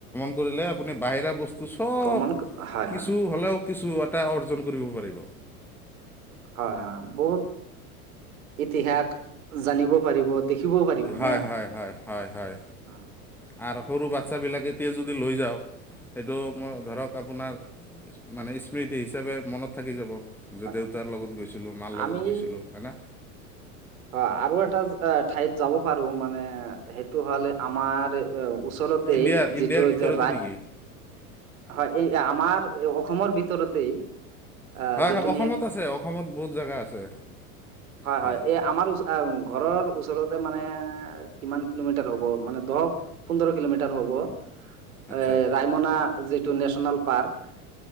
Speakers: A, in the centre; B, on the right.
A: <unintelligible> লে আপুনি বাহিৰা বস্তু চব
B: ভ্ৰমন, হয়-
A: কিছু
B: হয়।
A: হ'লেও কিছু এটা অৰ্জন কৰিব পাৰিব।
B: হয়- হয় বহুত ইতিহাস জানিব পাৰিব শিকিবও পাৰিব
A: হয়
B: নে,
A: হয় হয় হয় হয়
B: অ'।
A: আৰু সৰু বাচ্ছাবিলাক এতিয়া যদি লৈ যাওঁ সেইটো মই ধৰক আপোনাৰ মানে স্মৃতি হিচাপে মনত থাকি যাব। যে
B: হয়
A: দেউতাৰ লগত গৈছিলো মাৰ লগত
B: আমি
A: গৈছিলো হয়না।
B: হয় আৰু এটা ঠাইত যাব পাৰো মানে সেইটো হ'লে আমাৰ ওচৰতেই
A: ইণ্ডিয়া ইণ্ডিয়াৰ
B: যিটো
A: ভিতৰতে
B: যে ৰা
A: নেকি
B: হয় এই আমাৰ অসমৰ ভিতৰতেই। আহ
A: হয়-হয়
B: যিটো
A: অসমত আছে অসমত বহুত জেগা আছে।
B: হয়-হয়
A: হয়
B: এই আমাৰ ওচ ঘৰৰ ওচৰত তে মানে কিমান কিলোমিটাৰ হ'ব মানে দহ পোন্ধৰ কিলোমিটাৰ হ'ব এ
A: আচ্ছা
B: ৰায়মনা যিটো নেশ্যনেল পাৰ্ক